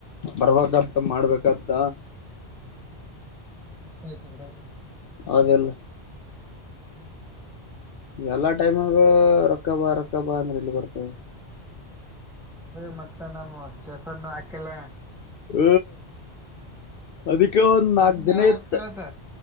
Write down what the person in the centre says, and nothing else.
ಮತ್ತ ಆಯ್ತು ಬಿೇಡ
ಹ್ಮ್
ನ ಮತ್ತ ನಮ್ಮ ಸ್ಟೆಫನ್ ಹಾಕಲ್ಲ
ಸ್ಟೆಫನ್
ಯಾವಾಗ ಹಾಕ್ತಾರಂತ